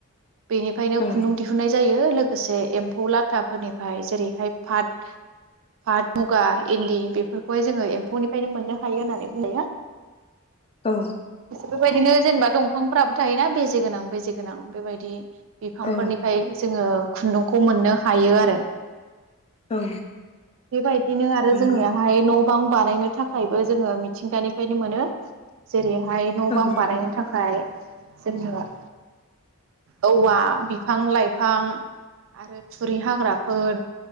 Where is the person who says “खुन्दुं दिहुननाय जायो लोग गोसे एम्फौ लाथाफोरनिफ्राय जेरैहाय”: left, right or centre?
Right